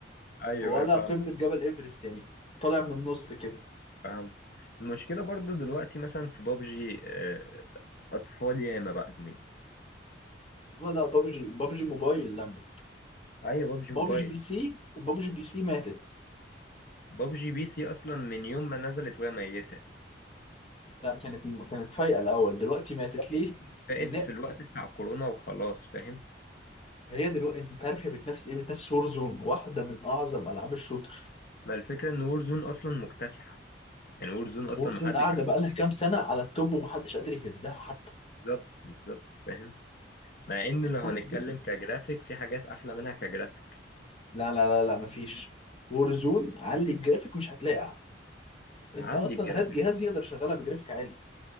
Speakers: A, on the left (about 50°); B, on the left (about 30°).
A: ايوه
B: ولا
A: ايوه فهمت
B: قمة جبل ايفرست يعني طالع من النص كده
A: فهمت المشكله برضو دلوقتي مثلا في بابجي آه، اطفال ياما بقى زميلي
B: ولا بابجي بابجي موبايل لمت
A: ايوه بابجي موبايل
B: بابجي بي سي وبابجي بي سي ماتت
A: بابجي بي سي اصلا من يوم ما نزلت وهي ميته
B: لا كانت كانت فايقة الأول دلوقتي ماتت
A: فقت
B: ليه؟
A: فقت
B: لأن
A: في الوقت بتاع كورونا وخلاص فاهم
B: هي دلوقتي أنت عارف هي بتنافس إيه؟ بتنافس زون واحدة من أعظم ألعاب الشوتر
A: ما الفكرة ان وورزون اصلا مكتسحة يعني وورزون اصلا محدش
B: زون قاعدة
A: يعرف
B: بقالها كام سنة على التوب ومحدش قادر يهزها حتى
A: بالظبط بالظبط فاهم مع ان
B: يعني
A: لو
B: كول
A: هنتكلم
B: أوف ديوتي
A: كجرافيك في حاجات احلى منها كجرافيك
B: لا لا لا لا مفيش زون علي الجرافيك مش هتلاقي أعلى أنت
A: هعلي
B: أصلا
A: الجرافيك
B: هات جهاز يقدر يشغلها بجرافيك عالي